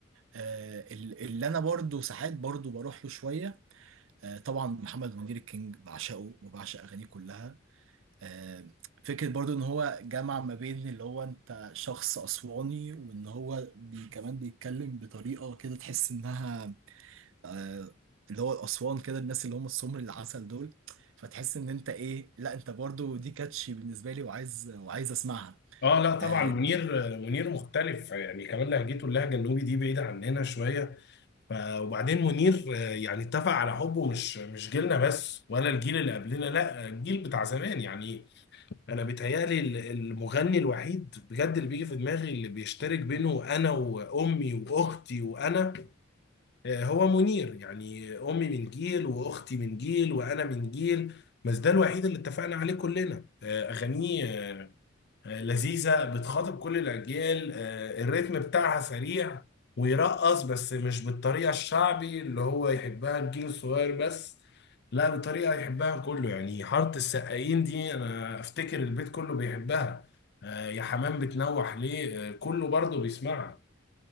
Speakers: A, on the right; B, on the left.
A: آه، ال- اللي انا برضو ساعات برضو بروح له شوية آه، طبعا محمد منير الكينج بعشقه وبعشق اغانيه كلها آه، فكرة برضو ان هو جمع ما بين اللي هو انت شخص اسواني وان هو بي كمان بيتكلم بطريقة كده تحس انها آه، اللي هو الاسوان كده الناس اللي هم السمر العسل دول فتحس ان انت ايه لا انت برضو دي كاتشي بالنسبة لي وعايز وعايز اسمعها
B: اه لا طبعا
A: آه،
B: منير منير مختلف يعني كمان لهجته اللهجه النوبي دي بعيده عننا شويه ف وبعدين منير آه، يعني اتفق على حبه مش مش جيلنا بس ولا الجيل اللي قبلنا لا الجيل بتاع زمان يعني انا بيتهيالي ال- المغني الوحيد بجد اللي بيجي في دماغي اللي بيشترك بينه انا وامي واختي وانا آه، هو منير يعني امي من جيل واختي من جيل وانا من جيل بس ده الوحيد اللي اتفقنا عليه كلنا آه، اغانيه آه، لذيذة بتخاطب كل الأجيال آه، الريتم بتاعها سريع ويرقص بس مش بالطريقة الشعبي اللي هو يحبها الجيل الصغير بس لا بطريقة يحبها كله يعني حارة السقايين دي أنا أفتكر البيت كله بيحبها آه، يا حمام بتنوح ليه آه، كله برضه بيسمعها